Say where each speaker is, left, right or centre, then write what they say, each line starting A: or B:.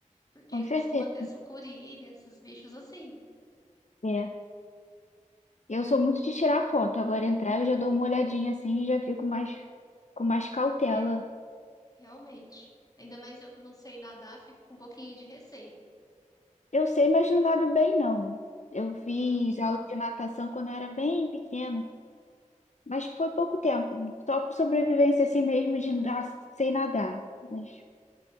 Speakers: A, on the left (about 25°); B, on the left (about 60°).
A: Porque
B: com certeza.
A: costuma ter sucuri, esses bichos assim.
B: É. Eu sou muito de tirar foto. Agora entrar, eu já dou uma olhadinha assim e já fico mais com mais cautela.
A: É, realmente. Ainda mais eu que não sei nadar, fico com um pouquinho de receio.
B: Eu sei, mas não nado bem, não. Eu fiz
A: Aham.
B: aula de natação quando eu era bem pequena, mas foi pouco tempo, só por sobrevivência assim mesmo de nadar sem nadar. Mas